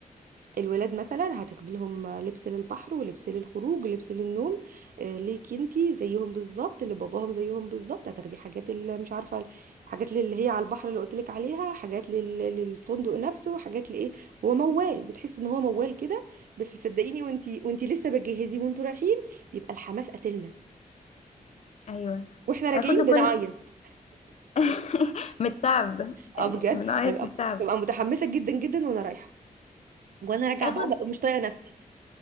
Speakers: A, on the right; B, on the left.
A: الولاد مثلا هتاخدي لهم لبس للبحر ولبس للخروج ولبس للنوم آه، ليكي انت زيهم بالظبط اللي باباهم زيهم بالظبط هتاخدي حاجات اللي مش عارفه حاجات اللي هي على البحر اللي قلت لك عليها حاجات لل- للفندق نفسه حاجات لايه هو موال بتحسي ان هو موال كده بس صدقيني وانت وانت لسه بتجهزي وانتوا رايحين بيبقى الحماس قاتلنا
B: ايوه
A: واحنا راجعين
B: اخد له
A: بنعيط
B: كل <laughs> من التعب
A: اه
B: يعني
A: بجد
B: بنعيط
A: هبقى
B: من التعب
A: ببقى متحمسه جدا جدا وانا رايحه وانا راجعه
B: اخد
A: بقى ببقى مش طايقه نفسي